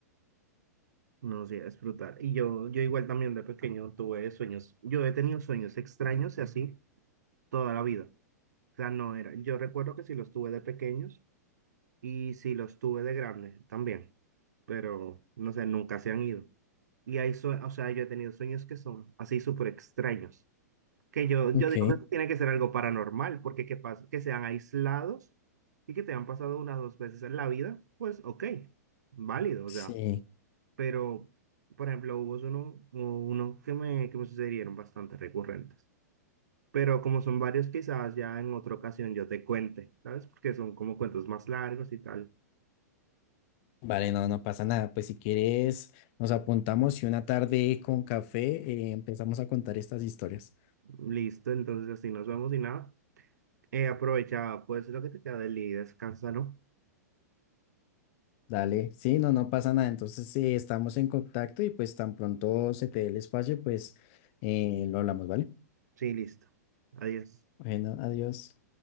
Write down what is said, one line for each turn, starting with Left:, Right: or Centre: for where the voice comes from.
Right: No, sí, es brutal. Y yo, yo igual también de pequeño tuve sueños. Yo he tenido sueños extraños y así toda la vida. O sea, no era. Yo recuerdo que sí los tuve de pequeños y sí los tuve de grande también, pero no sé, nunca se han ido. Y hay, sue- o sea, yo he tenido sueños que son así súper extraños, que yo, yo
Left: Ok,
Right: digo que tiene que ser algo paranormal, porque que, pas- que sean aislados y que te han pasado unas dos veces en la vida, pues ok, válido,
Left: sí.
Right: o sea pero por ejemplo hubo uno, hubo unos que me, que me sucedieron bastante recurrentes, pero como son varios quizás ya en otra ocasión yo te cuente, ¿sabes? Porque son como cuentos más largos y tal.
Left: Vale, no, no pasa nada. Pues si quieres, nos apuntamos y una tarde con café eh, empezamos a contar estas historias.
Right: Listo, entonces así nos vemos y nada. Eh, aprovecha pues lo que te queda del día y descansa, ¿no?
Left: Dale, sí, no, no pasa nada. Entonces, eh, estamos en contacto y pues tan pronto se te dé el espacio, pues eh, lo hablamos, ¿vale?
Right: Sí, listo. Adiós.
Left: Bueno, adiós.